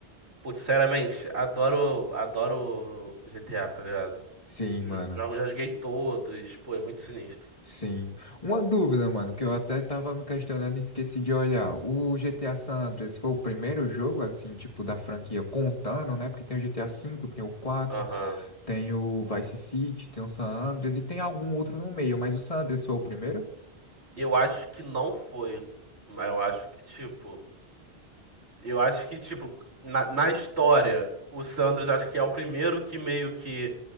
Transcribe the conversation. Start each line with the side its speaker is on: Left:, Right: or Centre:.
Right: Putz, sinceramente, adoro, adoro GTA, tá ligado?
Left: Sim,
Right: Jo-
Left: mano.
Right: Jogo, já joguei todos. Pô, é muito sinistro.
Left: Sim. Uma dúvida, mano, que eu até tava me questionando e esqueci de olhar. O GTA San Andreas foi o primeiro jogo, assim, tipo, da franquia, contando, né? Porque tem o GTA V, tem o quatro,
Right: Aham.
Left: tem o Vice City, tem o San Andreas e tem algum outro no meio, mas o San Andreas foi o primeiro?
Right: Eu acho que não foi. Mas eu acho que, tipo. Eu acho que, tipo, na, na história, o Sanders acho que é o primeiro que meio que